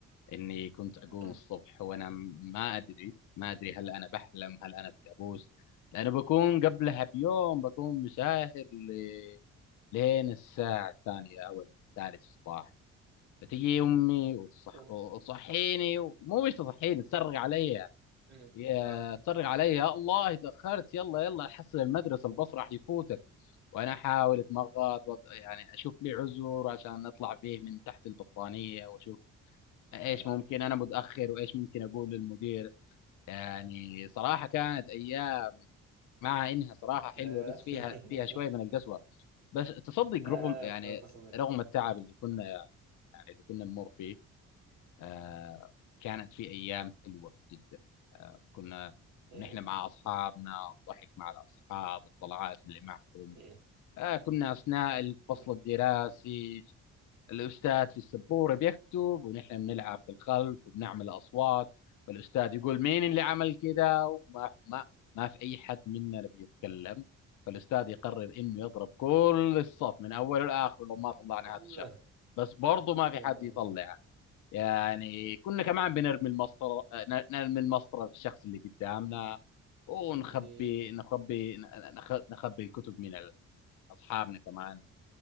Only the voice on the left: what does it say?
اني كنت اقوم
الصبح وانا م- ما ادري ما ادري هل انا بحلم هل انا في كابوس لانه بكون قبلها بيوم بكون مساهر ل... لين الساعة الثانية او الثالثة الصباح فتجي امي وتصح...
وتصحيني ومو مش تصحيني تصرخ علي
يا
تصرخ علي يا الله تاخرت يلا يلا حصل المدرسة الباص راح يفوتك وانا احاول اتمغط وط... يعني اشوف لي عذر عشان اطلع فيه من تحت البطانية واشوف ايش
ممكن انا متاخر وايش ممكن اقول للمدير يعني صراحه كانت ايام مع انها صراحه حلوه
بس فيها فيها شويه من القسوه بس تصدق
رغم يعني
رغم التعب اللي كنا يعني اللي كنا نمر فيه آه كانت في ايام حلوه جدا آه كنا
ونحن
مع اصحابنا الضحك مع الاصحاب الطلعات اللي معهم
آه كنا اثناء الفصل
الدراسي الأستاذ في السبورة بيكتب ونحن بنلعب في الخلف وبنعمل أصوات فالأستاذ يقول مين اللي عمل كده وما ما ما في أي حد مننا بيتكلم فالأستاذ يقرر إنه يضرب كل الصف من أوله لآخره لو ما طلعنا
هذا الشخص بس برضه ما في
حد يطلعه
يعني كنا كمان بنرمي المسطرة ن- نرمي المسطرة في الشخص اللي قدامنا ونخبي
نخبي نخ- نخبي الكتب من ال- أصحابنا كمان